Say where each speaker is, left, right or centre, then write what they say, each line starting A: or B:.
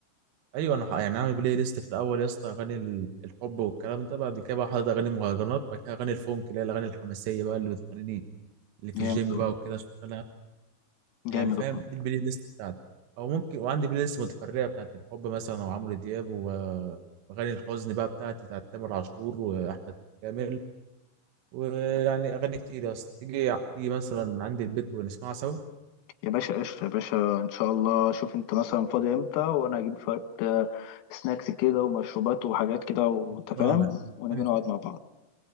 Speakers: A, on the right; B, on the left.
A: ايوه انا ح- يعني عامل بلاي ليست في الاول يا اسطى اغاني ال- الحب والكلام ده بعد كده بقى حاطط اغاني مهرجانات بعد كده اغاني الفونك اللي هي الاغاني الحماسيه بقى اللي بتخليني اللي في
B: جامد
A: الجيم
B: والله
A: بقى وكده اشتغلها يعني
B: جامد
A: فاهم
B: والله
A: دي البلاي ليست بتاعتي او ممكن وعندي بلاي ليست متفرعه بتاعت الحب مثلا او عمرو دياب و- واغاني الحزن بقى بتاعت بتاعت تامر عاشور واحمد كامل ويعني اغاني كتير يا اسطى تيجي تيجي مثلا عندي البيت ونسمعها سوا
B: يا باشا قشطة يا باشا ان شاء الله شوف انت مثلا فاضي امتى وانا اجيب شوية آه، سناكس كده ومشروبات وحاجات كده وانت
A: خلصانه
B: فاهم ونيجي
A: ماشي،
B: نقعد مع بعض